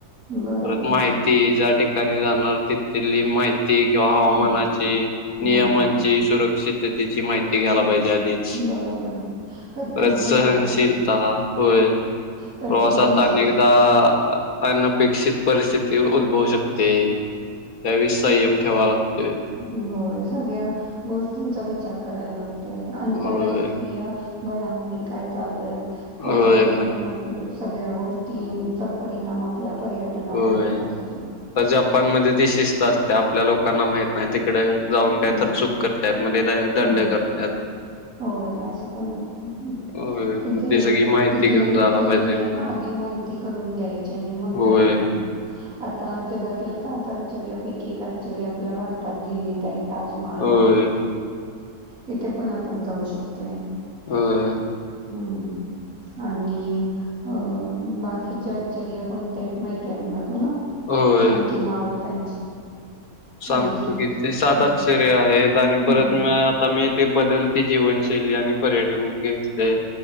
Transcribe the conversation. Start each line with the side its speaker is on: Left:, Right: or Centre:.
Right: बरोबर
Left: परत माहिती
Right: आहे की.
Left: ज्या ठिकाणी जाणार तिथली माहि ती किंवा हवामानाची,
Right: हं,
Left: नियमांची,
Right: होय
Left: सुरक्षिततेची माहि ती घ्यायला
Right: हं,
Left: पाहिजे आधीच.
Right: बरोबर आहे. की. प्रत्येक
Left: <inaudible> परत सहनशीलता
Right: देशाची
Left: होय.
Right: प्रत्येक
Left: प्रवासात
Right: देशाची
Left: अनेकदा अनपेक्षित परिस्थिती उद्भवू शकते. त्यावी संयम ठेवा लागतोय.
Right: हो सगळ्या गोष्टींचा विचार करायला लागतोय आंतरराष्ट्रीय
Left: होय
Right: घडामोडी काय चालू आहेत त्याच्यावर
Left: होय मग
Right: पण सगळ्या गोष्टींचा परिणाम आपल्या पर्यटनावर
Left: होय.
Right: होत असतो.
Left: तर जपांमध्ये ती शिस्त असते आपल्या लोकांना माहित नाही तिकड जाऊन
Right: हं,
Left: काय तर चूक करतात मग ते द दंड
Right: हं.
Left: करतात.
Right: होय असं पण होतय.
Left: होय
Right: तिथे
Left: मग ते सगळी माहिती
Right: तिथले
Left: घेऊन जायला
Right: तिथले
Left: पाहिजे.
Right: नियम आधी माहिती करून घ्यायचे आणि मग
Left: होय
Right: त्या ठिका णी, आता जगातल्या सात आश्चर्यापैकी एक आश्चर्य आपल्या भारतात दिल्लीत आहे. ताजमहल
Left: होय
Right: तिथे पण आपण जाऊ शकतोय.
Left: हा.
Right: हम्म आणि अ बाकीचे आश्चर्य कोणत्या आहेत माहिती आहेत ना तुला?
Left: होय.
Right: सांग की नाव त्यांची.
Left: सांगतो
Right: इजिप्त
Left: की ते सातच
Right: हं,
Left: आहेत आणि
Right: हं,
Left: परत
Right: हं.
Left: म आता मी ते बदलते जीवनशैली आणि पर्यटन घेतले.